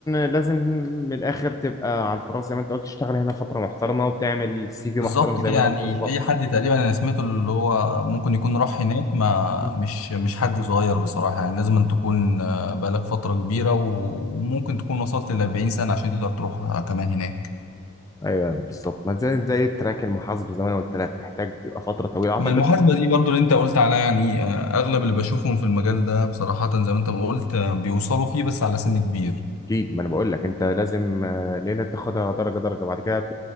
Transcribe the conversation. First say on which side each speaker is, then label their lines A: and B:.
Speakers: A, on the left; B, on the left.
A: لازم من الاخر تبقى على الفراغ زي ما انت قلت تشتغل هنا فتره محترمه وتعمل سي في
B: بالظبط
A: محترم زي
B: كده
A: ما
B: يعني
A: انا قلت بالظبط
B: اي حد تقريبا انا سمعته اللي هو ممكن يكون راح هناك ما
A: مم.
B: مش مش حد صغير بصراحه يعني لازم أن تكون آه، بقالك فتره كبيره وممكن تكون وصلت ل 40 سنه عشان تقدر تروح آه، كمان هناك
A: ايوه بالظبط ما زي زي التراك المحاسب زي ما انا قلت لك محتاج تبقى فتره طويله اعتقد
B: من المحاسبه دي برضو اللي انت قلت عليها يعني آه، اغلب اللي بشوفهم في المجال ده بصراحه زي ما انت ما قلت آه، بيوصلوا فيه بس على سن كبير
A: اكيد ما انا بقول لك انت لازم آه، ليله تاخدها درجه درجه بعد كده بت...